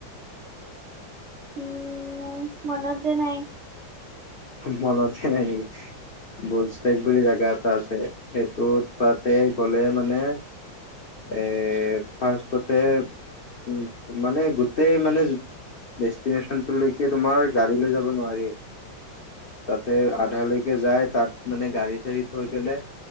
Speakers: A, on the right; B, on the left.
A: উম মনত যে নাই
B: মনতে নাই নেকি, বুলষ্টেক বুলি জোগা এটা আছে। সেইটো তাতে গলে মানে এ ফাৰ্ষ্টতে উ মানে গোটেই মানে ডেষ্টিনেচনটোলৈকে তোমাৰ গাড়ী লৈ যাব নোৱাৰি তাতে আধালৈকে যায় তাত মানে গাড়ী চাঢ়ি থৈ কিনে